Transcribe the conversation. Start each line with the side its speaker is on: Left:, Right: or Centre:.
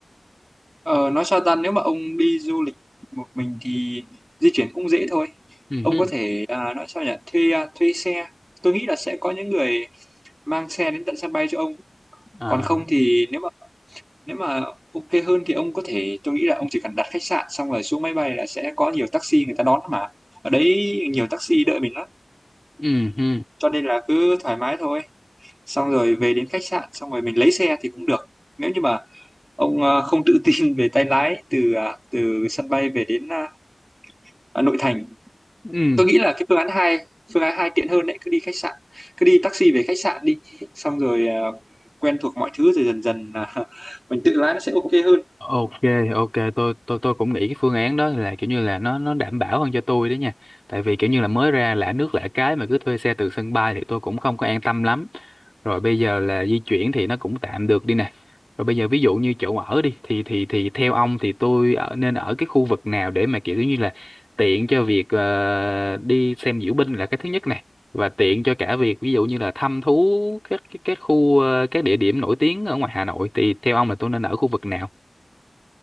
Centre: Ờ, nói sao ta nếu mà ông đi du lịch một mình thì di chuyển cũng dễ thôi.
Left: ừ
Centre: Ông
Left: hứ.
Centre: có thể à, nói sao nhỉ, thuê à, thuê xe. Tôi nghĩ là sẽ có những người mang xe đến tận sân bay cho ông.
Left: à,
Centre: Còn không thì nếu mà nếu mà ok hơn thì ông có thể tôi nghĩ là ông chỉ cần đặt khách sạn xong rồi xuống máy bay là sẽ có nhiều taxi người ta đón mà. Ở đấy nhiều taxi đợi mình lắm,
Left: ừ hứ.
Centre: cho nên là cứ thoải mái thôi. Xong rồi về đến khách sạn xong rồi mình lấy xe thì cũng được. Nếu như mà ông à, không tự tin về tay lái từ à, từ sân bay về đến à, à, nội thành
Left: ừ
Centre: tôi nghĩ là cái phương án hai phương án hai tiện hơn đấy cứ đi khách sạn cứ đi taxi về khách sạn đi xong rồi à, quen thuộc mọi thứ rồi dần dần là <laughs> mình tự lái nó sẽ ok hơn
Left: ok ok tôi tôi tôi cũng nghĩ cái phương án đó là kiểu như là nó nó đảm bảo hơn cho tôi đấy nha tại vì kiểu như là mới ra lạ nước lạ cái mà cứ thuê xe từ sân bay thì tôi cũng không có an tâm lắm rồi bây giờ là di chuyển thì nó cũng tạm được đi nè rồi bây giờ ví dụ như chỗ ở đi thì thì thì theo ông thì tôi ở nên ở cái khu vực nào để mà kiểu như là tiện cho việc ờ, đi xem diễu binh là cái thứ nhất này và tiện cho cả việc ví dụ như là thăm thú các các, các khu ờ, các địa điểm nổi tiếng ở ngoài Hà Nội thì theo ông là tôi nên ở khu vực nào